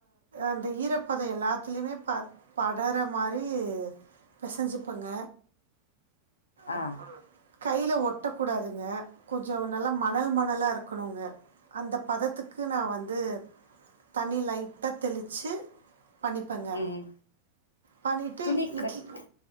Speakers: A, on the right; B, on the left.
A: அந்த ஈரப்ப ப்போத எல்லாத்துலயுமே ப படற மாதிரி பிசைஞ்சிப்பங்க உம்
B: ஆ.
A: கையில் ஒட்டக்கூடாதுங்க கொஞ்சம் நல்லா மணல் மணலாக இருக்கணுங்க அந்த பதத்துக்கு நான் வந்து தண்ணி லைட்டா தெளிச்சி பண்ணிப்பங்க
B: ம்.
A: பண்ணிட்டு
B: துணி
A: இட்லி
B: கட்